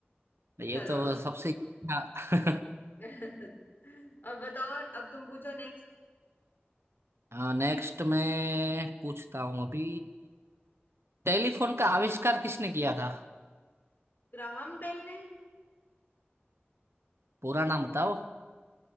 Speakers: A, on the right; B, on the left.
A: ये
B: चलो
A: तो
B: अब
A: सबसे अच्छा।
B: <laughs> अब बताओ अब तुम पूछो नेक्स्ट
A: हाँ नेक्स्ट मैं पूछता हूँ अभी टेलीफोन का आविष्कार किसने किया था
B: ग्राहम बेल ने
A: पूरा नाम बताओ